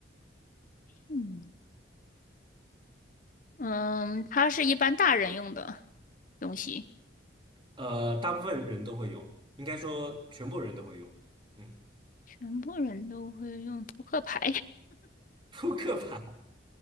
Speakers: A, on the left; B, on the right.
A: 嗯嗯，它是一般大人用的东西，
B: 呃，大部分人都会用，应该说全部人都会用。嗯。
A: 全部人都会用扑克牌。
B: 扑克牌，